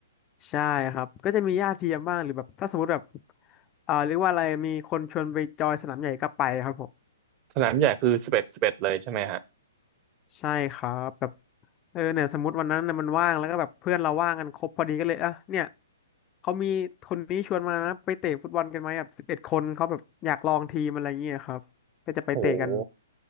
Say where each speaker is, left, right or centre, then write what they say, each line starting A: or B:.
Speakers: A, on the left; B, on the right.
A: ใช่ครับก็จะมีญาติเทียมบ้างหรือแบบถ้าสมมติแบบอ่าเรียกว่าอะไรมีคนชวนไปจอยสนามใหญ่ก็ไปครับผม
B: สนามใหญ่คือสิบเอ็ดสิบเอ็ดเลยใช่ไหมฮะ
A: ใช่ครับแบบเออเนี่ยสมมติวันนั้นน่ะมันว่างแล้วก็แบบเพื่อนเราว่างกันครบพอดีก็เลยอ่ะเนี่ยเขามีคนนี้ชวนมานะไปเตะฟุตบอลกันไหมแบบสิบเอ็ดคนเขาแบบอยากลองทีมอะไรเงี้ยครับก็จะไปเตะกัน
B: โอ้โห